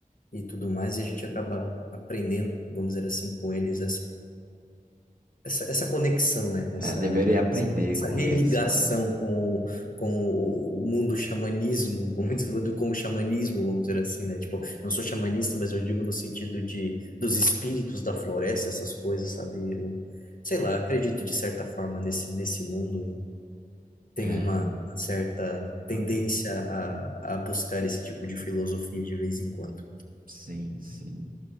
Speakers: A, on the left; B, on the right.
A: e tudo mais, e a gente acaba aprendendo, vamos dizer assim, com eles essa, essa conexão, né? Essa,
B: É, deveria aprender
A: essa
B: com
A: religação
B: eles, mano.
A: com, com o, mundo xamanismo, <laughs> vamos dizer, com o xamanismo, vamos dizer assim, né? Tipo, não sou xamanista, mas eu digo no sentido de dos espíritos da floresta, essas coisas, sabe? Eu, sei lá, acredito de certa forma nesse, nesse mundo e tenho
B: É,
A: uma, uma certa tendência
B: não,
A: a, a buscar esse tipo de filosofia de vez em quando.
B: sim, sim.